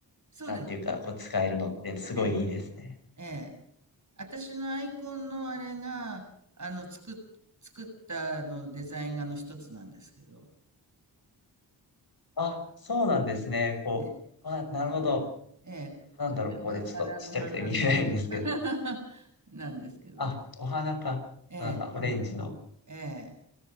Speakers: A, on the right (about 40°); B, on the left (about 55°).
A: そうです
B: なんていうか、こう、使えるのって、すごいいいですね。
A: ね。ええ。私のアイコンのあれが、あの、作っ、作ったあのデザイン画の一つなんですけど、
B: あ、そうなんですね。こう、
A: ね
B: あ、なるほど。
A: ええ、えそれはバラの花
B: なんだろう、これ、ちょっとちっちゃくて見えないんですけど。
A: <laughs> なんですけどね。
B: あ、お花か。
A: ええ、
B: なんか、
A: そうなん
B: オレンジの。
A: ええ。